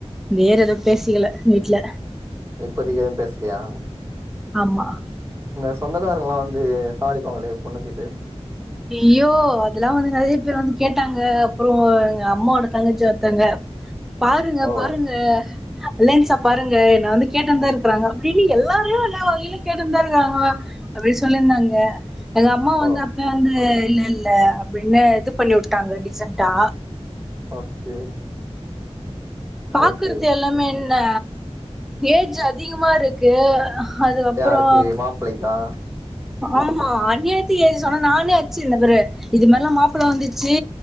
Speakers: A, in the centre; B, on the right.
A: வேற எதோ பேசிக்கல வீட்டு்ல
B: இப்போதிக்கு எதும் பேஸ்லியா
A: ஆமா
B: இந்த சொந்தக்காரங்கல்லா வந்து சாவடிப்பாங்களே பொண்ணு கேட்டு
A: ஐய்யோ அதெல்லா வந்து நெறைய பேர் வந்து கேட்டாங்க அப்புறோ எங்க அம்மாவோட தங்கச்சி ஒருத்தங்க பாருங்க
B: ஓ
A: பாருங்க அலைன்ஸா பாருங்க என்ன வந்து கேட்டனந்தா இருக்கறாங்க அப்டின்னு இங்க எல்லாருமே ஒரு நா ஒரு வகையில கேட்டுனுந்தா இருக்காங்கோ அப்டின்னு சொல்லியிருந்தாங்க எங்க அம்மா வந்து
B: ஓ
A: வந்து இல்ல இல்ல அப்டின்னு இது பண்ணி உட்டாங்க டீசன்ட்டா
B: ஓகே
A: பாக்கறது
B: ரைட்டு
A: எல்லாமே என் ன ஏஜ் அதிகமா இருக்கு அதுக்கப்புறோ
B: யாருக்கு மாப்பிள்ளைக்கா
A: ஆமா அண்ணியாத்திக்கு ஏஜி சொன்னா நானே சி இன்ன பாரு இது மாரிலாம் மாப்பிள்ள வந்து சீ